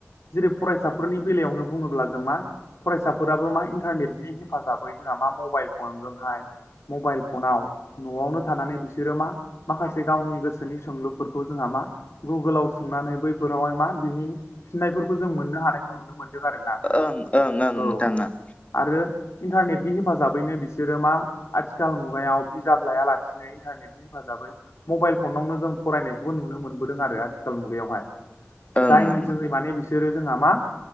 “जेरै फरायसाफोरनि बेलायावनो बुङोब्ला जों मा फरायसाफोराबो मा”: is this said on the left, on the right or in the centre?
Left